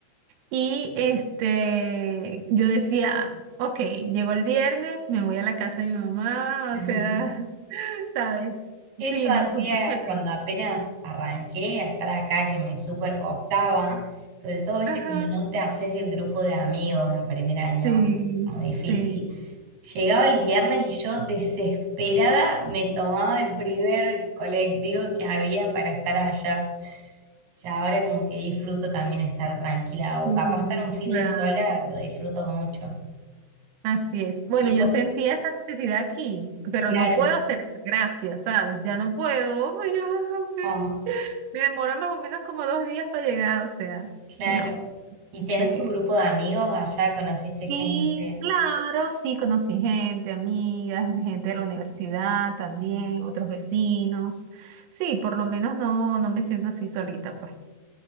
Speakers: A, on the right; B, on the right.
A: Y este, yo decía, ok, llegó el viernes, me voy a la casa de mi mamá,
B: <laughs>
A: o sea, <laughs> ¿sabes?
B: Eso
A: Fino,
B: hacía
A: súper chévere.
B: cuando apenas arranqué a estar acá, que me súper costaba, sobre todo, viste,
A: Ajá,
B: cuando no te haces del grupo de amigos en primer año,
A: sí,
B: como difícil.
A: sí.
B: Llegaba el viernes y yo desesperada me tomaba el primer colectivo que había para estar allá. Ya ahora como que disfruto también estar tranquila
A: Sí,
B: o capaz estar un fin
A: claro,
B: de sola, lo disfruto mucho.
A: así es. Bueno,
B: Y vos,
A: yo sentía esa necesidad aquí, pero
B: claro,
A: no puedo hacer gracias, ¿sabes? Ya no puedo. Ay, ya, ok.
B: oh,
A: Me demora más o menos como dos días para llegar, o sea,
B: Claro.
A: no.
B: Y tenés
A: Sí.
B: tu grupo de amigos allá, conociste gente,
A: Y claro, sí conocí gente, amigas, gente de la universidad también, otros vecinos. Sí, por lo menos no, no me siento así solita, pues.